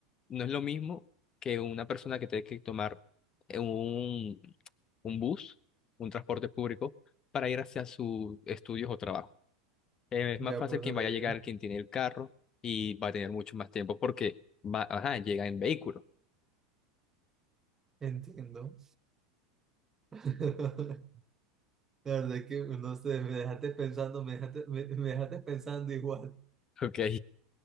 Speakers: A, on the left (about 25°); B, on the right (about 15°).
A: no es lo mismo que una persona que tiene que tomar eh, un, un bus, un transporte público, para ir hacia sus estudios o trabajo. Eh, Es
B: ya
A: más fácil
B: por
A: quien
B: eso te
A: vaya
B: digo,
A: a llegar, quien tiene el carro y va a tener mucho más tiempo porque va, ajá, llega en vehículo. <laughs>
B: entiendo. <laughs> La verdad es que, no sé, me dejaste pensando, me dejaste, me, me dejaste pensando igual.
A: Ok,